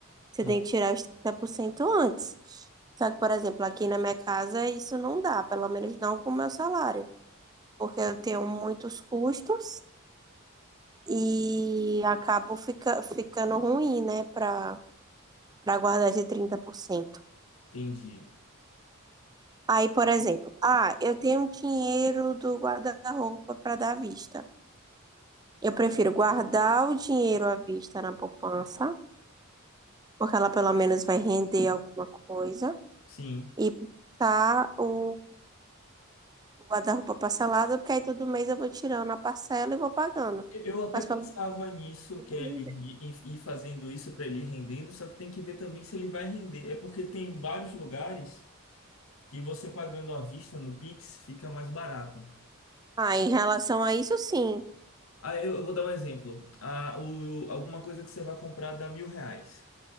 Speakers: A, on the right; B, on the left.
A: você
B: Hum,
A: tem que tirar os 30% antes. Só que, por exemplo, aqui na minha casa isso não dá, pelo menos não com o meu salário, porque eu tenho muitos custos e acabo fica, ficando ruim, né, para para guardar de trinta por cento
B: entendi.
A: Aí, por exemplo, ah, eu tenho um dinheiro do guarda-roupa para dar à vista. Eu prefiro guardar o dinheiro à vista na poupança, porque ela pelo menos vai render alguma coisa
B: Sim.
A: e passar o, o guarda-roupa parcelado, porque aí todo mês eu vou tirando a parcela e vou pagando.
B: Eu eu até
A: Mas
B: pensava
A: pelo menos-
B: nisso,
A: eu
B: Kelly,
A: tenho.
B: e e- e fazendo isso para ele ir rendendo, só que tem que ver também se ele vai render. É porque tem vários lugares. que você pagando à vista no Pix fica mais barato.
A: ah, em relação a isso, sim.
B: Ah, eu, eu vou dar um exemplo. Ah, o, o- alguma coisa que você vai comprar dá mil reais.